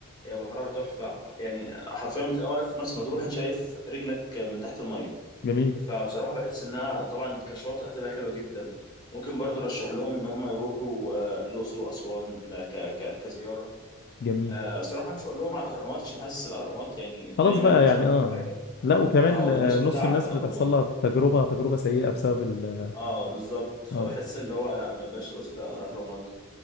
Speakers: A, on the left (about 20°); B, on the left (about 50°).
A: هي بحرها تحفه يعني حرفيا بتبقى واقف في مرسى مطروح انت شايف رجلك من تحت الميه
B: جميل
A: فبصراحه بحس انها طبعا كشاطئ هتبقى حلوه جدا ممكن برضه ارشح لهم ان هم يروحوا آه، الاقصر واسوان ل- ك ك كزياره
B: جميل
A: آه، بصراحه مش هقول لهم على الاهرامات عشان حاسس الاهرامات يعني الدنيا
B: خلاص
A: هناك
B: بقى
A: مش
B: يعني
A: الطف
B: اه
A: حاجه
B: لا وكمان
A: اه والناس
B: آه،
A: كلها
B: نص
A: عارفه
B: الناس
A: الاهرامات
B: بتحصل لها تجربة تجربة سيئة بسبب ال
A: اه بالظبط
B: اه
A: فبحس اللي هو لا ما بقاش الأقصر- الاهرامات